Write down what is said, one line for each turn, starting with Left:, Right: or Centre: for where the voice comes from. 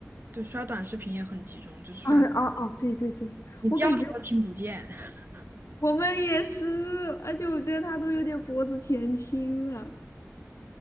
Right: 对，刷短视频也很集中，就是刷，
Left: 嗯，哦哦，对对对，
Right: 你叫他都听不见。
Left: 我感觉
Right: <laughs>
Left: 我们也是，而且我觉得她都有点脖子前倾了